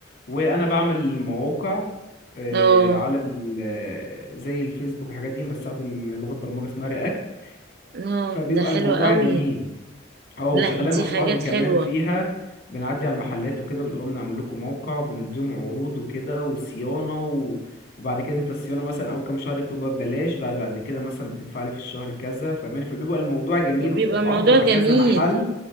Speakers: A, on the left; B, on the right.
A: وانا بعمل مواقع آه،
B: اه
A: على ال... آه، زي الفيسبوك والحاجات دي انا بستخدم لغة برمجة اسمها رياكت
B: اه
A: فبيبقى
B: ده حلو
A: الموضوع
B: قوي
A: جميل اه
B: لا
A: شغال
B: دي
A: انا واصحابي
B: حاجات
A: كمان
B: حلوة
A: فيها بنعدي على المحلات وكده بنقول لهم نعمل لكم موقع وبنديهم عروض وكده وصيانه و... وبعد كده انت الصيانه مثلا اول كام شهر بتبقى ببلاش بعد بعد كده مثلا بتدفع لي في الشهر كذا فاهماني فبيبقى الموضوع جميل
B: بيبقى
A: وبتتعاقد
B: موضوع
A: مع
B: جميل
A: كذا محل